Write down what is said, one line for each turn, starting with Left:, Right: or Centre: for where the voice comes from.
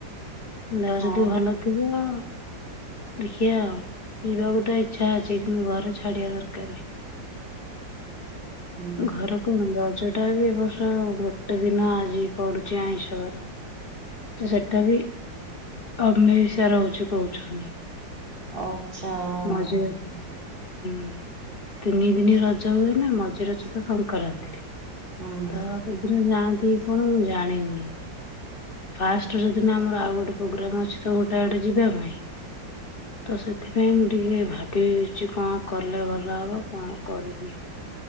Left: ଦେହ
Right: ହଁ
Left: ଯଦି ଭଲ ଥିବ ଦେଖିବା ଆଉ ଯିବାକୁ ତ ଇଚ୍ଛା ଅଛି କିନ୍ତୁ ଘରେ ଛାଡିବା ଦକାରେ
Right: ହୁଁ
Left: ଘରକୁ ହୁ <inaudible> ସେଟା ବି ଏ ବର୍ଷ ଆଉ ଗୋଟେ ଦିନ ଆଜି ପଡୁଚି ଆଇଁଷବାର ତ ସେଟା ବି ଅମେଇଶା ରହୁଚି କହୁଛନ୍ତି।
Right: ଓ ଛା ଓହୋ
Left: ମଝିରେ ହୁଁ ତିନି ଦିନି ରଜ ହୁଏ ନା ମଝି ରଜ ତ ସଂକରାନ୍ତିରେ
Right: ହୁଁ।
Left: ତ ସେଦିନ ଯା ତି କଣ ମୁଁ ଜାଣିନି ଫାଷ୍ଟ ଯଉଦିନ ଆମର ଆଉ ଗୋଟେ ପୋଗ୍ରାମ ଅଛି ତ ଗୋଟେ ଆଡେ ଯିବା ପାଇଁ ତ ସେଥି ପାଇଁ ମୁଁ ଟିକେ ଭାବିଚି କଣ କଲେ ଭଲ ହବ କଣ କରିବି?